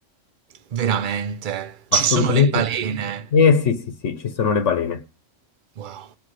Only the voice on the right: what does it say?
Veramente,
ci sono le balene.
Wow,